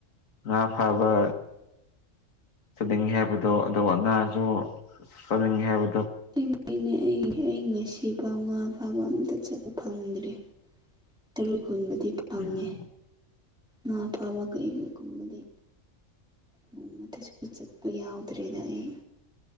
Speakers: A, on the left; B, in the centre.
A: ꯉꯥ ꯐꯥꯕ ꯆꯠꯅꯤꯡꯉꯦ ꯍꯥꯏꯕꯗꯣ ꯑꯗꯨꯒ ꯉꯥꯖꯨ ꯆꯅꯤꯡꯉꯦ ꯍꯥꯏꯕ
B: ꯁꯦꯡꯕꯩꯅꯦ ꯑꯩ ꯑꯩ ꯉꯁꯤ ꯄꯥꯎ ꯉꯥ ꯐꯥꯕ ꯑꯝꯇ ꯆꯠꯄ ꯐꯪꯗ꯭ꯔꯤ ꯇꯔꯣꯏ ꯈꯨꯟꯕꯗꯤ ꯐꯪꯉꯦ
A: ꯎꯝ
B: ꯉꯥ ꯐꯥꯕ ꯀꯩ ꯀꯩꯒꯨꯝꯕꯗꯤ ꯅꯣꯡꯃꯇꯁꯨ ꯆꯠꯄ ꯌꯥꯎꯗ꯭ꯔꯦꯗ ꯑꯩ